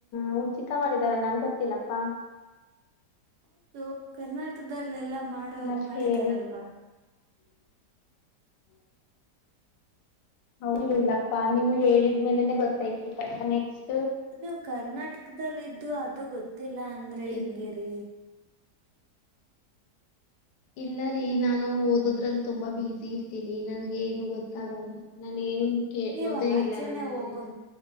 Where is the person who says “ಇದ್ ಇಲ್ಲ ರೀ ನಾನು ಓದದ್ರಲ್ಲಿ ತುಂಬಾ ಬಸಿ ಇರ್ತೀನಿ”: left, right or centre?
Left